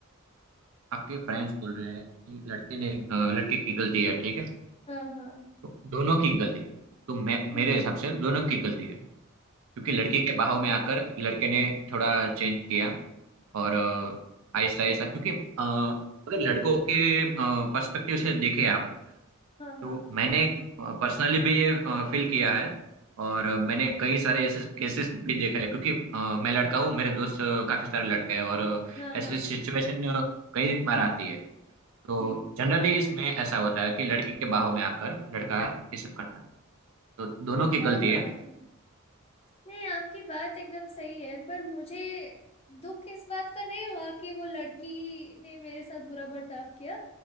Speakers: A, on the right; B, on the left.
A: आपके फ्रेंड्स बोल रहे हैं कि लड़के ने अ, लड़के की गलती है ठीक है
B: हाँ हाँ
A: तो दोनों की गलती है तो मैं
B: हम्म
A: मेरे हिसाब से दोनों की गलती है क्योंकि लड़की के बहाव
B: हाँ
A: में आकर लड़के ने थोड़ा चेंज किया और अ, आहिस्ता आहिस्ता क्योंकि अ, अगर लड़कों के पर्सपेक्टिव से देखें आप
B: हाँ
A: तो
B: हाँ
A: मैंने पर्सनली भी ये फील किया है और अ, मैंने कई सारे ऐसे केसेस भी देखा है क्योंकि अ, मैं लड़का हूँ मेरे दोस्त अ, काफी सारे लड़के हैं और अ,
B: हाँ
A: ऐसी
B: हाँ
A: सिचुएशन कई बार आती है तो
B: जी
A: जनरली इसमें ऐसा होता है कि लड़की के बाहों में आकर लड़का ये सब करता है तो दोनों की
B: हाँ
A: गलती है
B: नहीं आपकी बात एकदम सही है पर मुझे दुख इस बात का नहीं हुआ कि वो लड़की ने मेरे साथ बुरा बर्ताव किया